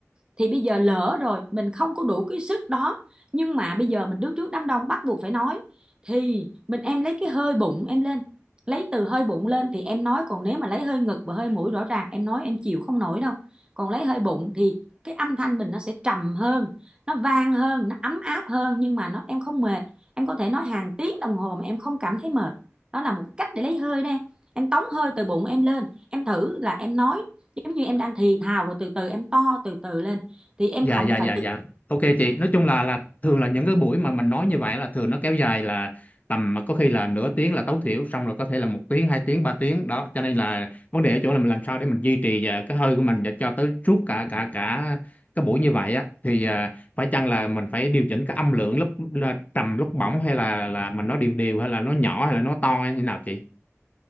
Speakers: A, on the right (about 20°); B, on the left (about 30°).
A: thì bây giờ lỡ rồi mình không có đủ cái sức đó nhưng mà bây giờ mình đứng trước đám đông bắt buộc phải nói thì mình em lấy cái hơi bụng em lên lấy từ hơi bụng lên thì em nói còn nếu mà lấy hơi ngực và hơi mũi rõ ràng em nói em chịu không nổi đâu còn lấy hơi bụng thì cái âm thanh mình nó sẽ trầm hơn nó vang hơn nó ấm áp hơn nhưng mà nó em không mệt em có thể nói hàng tiếng đồng hồ mà em không cảm thấy mệt đó là một cái cách để lấy hơi đó em tống hơi từ bụng em lên em thử là em nói giống như em đang thì thào rồi từ từ em to từ từ lên thì em
B: dạ
A: không
B: dạ dạ
A: phải
B: dạ
A: tức
B: ok chị nói chung là là thường là những cái buổi mà mình nói như vậy là thường nó kéo dài là tầm mà có khi là nửa tiếng là tối thiểu xong rồi có thể là một tiếng hai tiếng ba tiếng đó cho nên là vấn đề ở chỗ là mình làm sao để mình duy trì à, cái hơi của mình và cho tới suốt cả cả cả cái buổi như vậy á thì à, phải chăng là mình phải điều chỉnh cái âm lượng lúc là trầm lúc bổng hay là là mình nói đều đều hay là nó nhỏ hay là nó to hay như nào chị